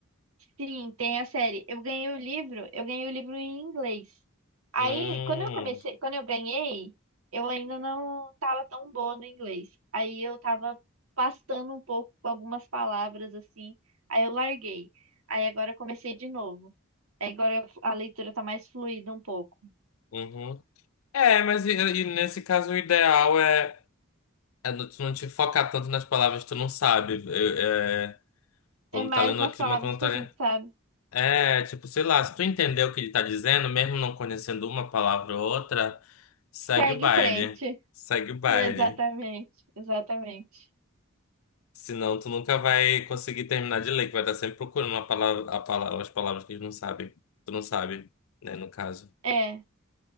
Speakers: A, on the right (about 85°); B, on the left (about 75°).
A: Sim, tem a série. Eu ganhei o livro, eu ganhei o livro em inglês. Aí,
B: Hum,
A: quando eu comecei, quando eu ganhei, eu ainda não tava tão boa no inglês. Aí eu tava pastando um pouco com algumas palavras assim, aí eu larguei. Aí agora eu comecei de novo. Aí agora a leitura tá mais fluida um pouco.
B: uhum. É, mas e, e nesse caso o ideal é, é não- tu não te focar tanto nas palavras que tu não sabe. É, é, quando
A: É
B: tá
A: mais
B: lendo
A: nas
B: aqui
A: palavras
B: uma quando
A: que
B: tá
A: a
B: lendo...
A: gente sabe.
B: É, tipo, sei lá, se tu entender o que ele tá dizendo, mesmo não conhecendo uma palavra ou outra, segue
A: Segue
B: o baile.
A: em frente.
B: Segue
A: <laughs>
B: o baile.
A: Exatamente, exatamente.
B: Senão tu nunca vai conseguir terminar de ler, que vai estar sempre procurando a palavra, a palavra, as palavras que eles não sabem. Tu não sabe, né, no caso.
A: É,